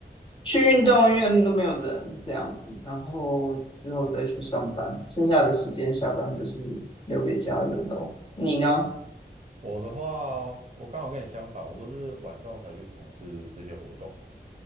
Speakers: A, on the left; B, on the right.
A: 去运动，因为都没有人这样子，然后之后再去上班，剩下的时间下班就是留给家人喽。你呢？
B: 我的话哦，我刚好跟你相反，我都是晚上才去从事这些活动，